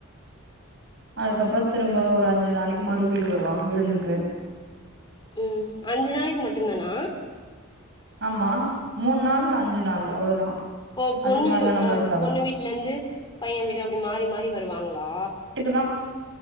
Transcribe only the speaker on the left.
ம் அஞ்சு நாளைக்கு மட்டுந்தானா
ஓ
பொண்ணு
அ
பொண்ணு வீட்ல இருந்து பைய வீடு அப்டி மாறி மாறி வருவாங்களா